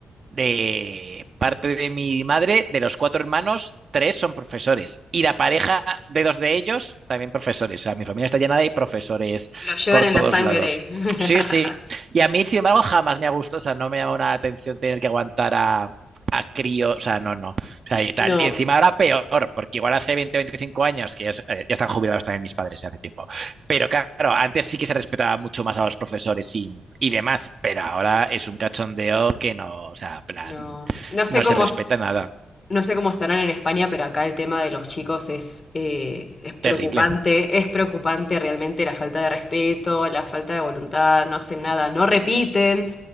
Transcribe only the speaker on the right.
de parte de mi madre, de los cuatro hermanos, tres son profesores. Y la pareja de dos de ellos, también profesores. O sea, mi familia está llena de profesores
por
todos
lados.
Sí, sí. Y a mí, sin embargo, jamás me ha gustado. O sea, no me llama la atención tener que aguantar a, a crío. O sea, no, no. O sea, y tal.
Y encima ahora peor, porque igual hace 20 25 años, que es- eh, ya están jubilados también mis padres hace tiempo. Pero claro, antes sí que se respetaba mucho más a los profesores y, y demás, pero ahora es un cachondeo que no, o sea, plan,
no
se respeta nada.
Terrible.